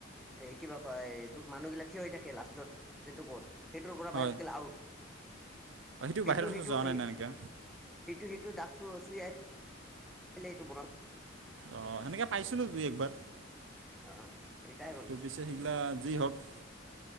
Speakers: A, in the centre; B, on the right.
A: এই, কিবা কয়, মানুহবিলাক থিয় হৈ থাকে হয় লাষ্টত, যোনটো ক'ত সেইটোৰ পৰা
B: হয়
A: বাহিৰত
B: হয়,
A: গলে আউট। <unintelligible>
B: সেইটো বাহিৰত যোৱা নাই না এনেকৈ
A: <unintelligible>
B: অ, সেনেকে পাইছিলোঁ দুই একবাৰ।
A: <inaudible> অ, এতিয়া
B: <unintelligible>